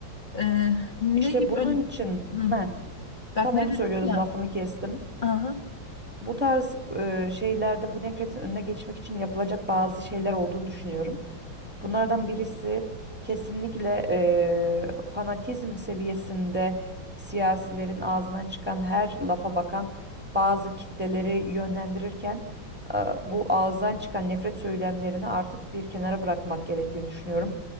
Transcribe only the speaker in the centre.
İşte
bunun
için
ne?
Tam
onu
söylüyordum
lafını kestim.
Bu tarz e, şeylerde bu nefretin önüne geçmek için yapılacak bazı şeyler olduğunu düşünüyorum. Bunlardan birisi kesinlikle e, fanatizm seviyesinde siyasilerin ağzından çıkan her lafa bakan bazı kitleleri yönlendirirken e, bu ağızdan çıkan nefret söylemlerini artık bir kenara bırakmak gerektiğini düşünüyorum.